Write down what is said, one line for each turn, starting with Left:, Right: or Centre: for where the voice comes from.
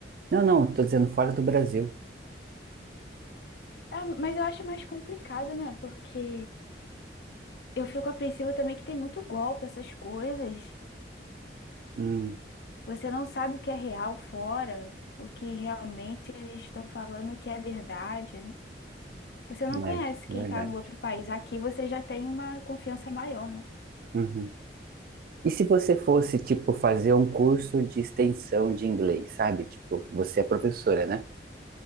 Right: Não, não, tô dizendo fora do Brasil.
Left: É, mas eu acho mais complicado, né? Porque eu fico apreensiva também que tem muito golpe, essas coisas.
Right: Hum,
Left: Você não sabe o que é real fora, o que realmente eles estão falando que é verdade, né? Você não conhece
Right: é verdade.
Left: quem está no outro país. Aqui você já tem uma confiança maior, né?
Right: Uhum. E se você fosse, tipo, fazer um curso de extensão de inglês, sabe? Tipo, você é professora, né?